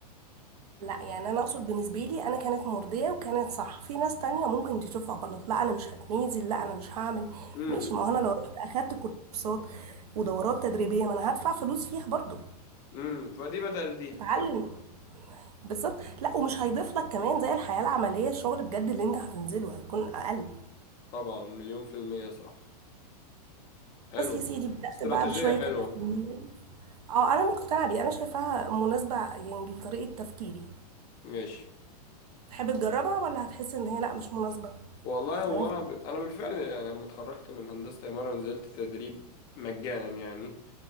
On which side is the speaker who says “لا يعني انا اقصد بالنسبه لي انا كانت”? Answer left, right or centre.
Right